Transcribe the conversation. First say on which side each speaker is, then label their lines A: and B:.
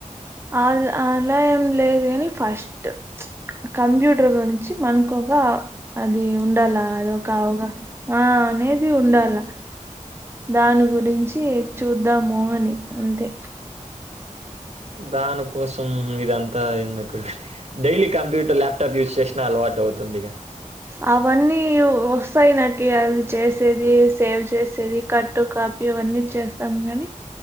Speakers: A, on the right; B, on the right.
A: అ అలా ఏం లేదు కాని ఫస్ట్ కంప్యూటర్ గురించి మనకొక అది ఉండాలా అది ఒక అవగాహన ఆ అనేది ఉండాళ్ళా దాని గురించి చూద్దము అని అంతే
B: దాని కోసం ఇదంతా ఎందుకు డైలీ కప్యూటర్ ల్యాప్టప్ యూస్ చేసిన అలవాటు అవుతుందిగా
A: అవన్నీ వస్తాయి నాకి అది చేసేది సేవ్ చేసేది కట్ కాపీ అవన్నీ చేస్తాం గానీ